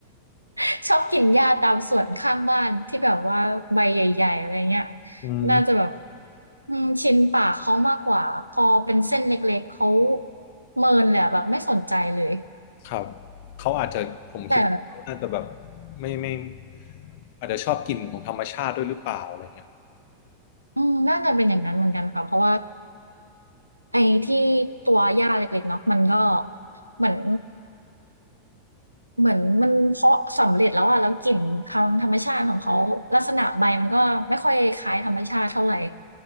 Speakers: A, on the right (about 85°); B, on the left (about 50°).
A: <laughs> ชอบกินหญ้าตามสวนข้างบ้านที่แบบว่าใบใหญ่ๆอะไรเงี้ย
B: อืม
A: น่าจะแบบอืมชินปากเขามากกว่าพอเป็นเส้นเล็กๆเขาเมินเลยอะแบบไม่สนใจเลย
B: ครับเขาอาจจะผมคิดว่าเขาน่าจะแบบ
A: แต่
B: ไม่ไม่อาจจะชอบกลิ่นของธรรมชาติด้วยหรือเปล่าอะไรเงี้ย
A: อืมน่าจะเป็นอย่างนั้นเหมือนกันค่ะเพราะว่า ไอ้ที่ตัวหญ้าเล็กๆเนาะมันก็เหมือนเหมือนมันเพาะสำเร็จแล้วอะแล้วกลิ่นทางธรรมชาติของเขาลักษณะใบมันก็ไม่ค่อยคล้ายธรรมชาติเท่าไหร่